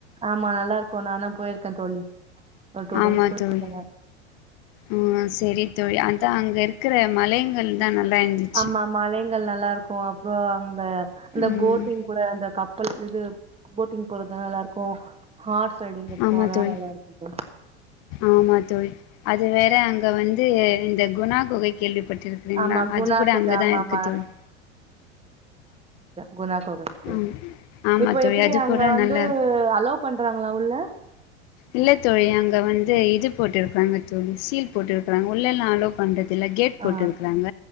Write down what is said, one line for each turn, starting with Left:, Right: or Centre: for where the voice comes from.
Right: ஆமா நல்லா இருக்கும் நானும் போயிருக்கேன் தோழி ஒரு டூடைம்ஸ்
Left: ஆமா
Right: போயிருக்க
Left: தோழி ம் சேரி தோழி அதான் அங்க இருக்கிற மலைங்கள் தான் நல்லா இருந்துச்சு
Right: ஆமா மலைங்கள் நல்லா இருக்கும் அப்புறம் அந்த அந்த
Left: ம்
Right: போட்டிங் கூட அந்த இது போட்டிங் போறது நல்லா இருக்கும் ஹார்ஸ் ரைடிங் இருக்கும்.
Left: ஆமா
Right: அதெல்லாம்
Left: தோழி
Right: நல்லா இருக்கும் தோழி.
Left: ஆமா தோழி அது வேற அங்க வந்து இந்த குணா குகை கேள்விப்பட்டு இருக்கறீங்களா
Right: ஆமா குணா
Left: அது கூட
Right: குகை
Left: அங்கதான்
Right: ஆமா
Left: இருக்கு
Right: ஆமா. நான்
Left: தோழி
Right: குணகுகை
Left: ஆமா ஆமா
Right: இப்ப
Left: தோழி
Right: எப்படி
Left: அது
Right: அங்க
Left: கூட
Right: வந்து
Left: நல்லா இருக்கு
Right: அலோ பண்றாங்களா உள்ள
Left: இல்லத்தோழி அங்க வந்து இது போட்டுருக்காங்க தோழி சீல் போட்டுருக்கிறாங்க உள்ளல்லா அலோ பண்றது இல்ல கேட்
Right: ஆ
Left: போட்டு இருக்கிறாங்க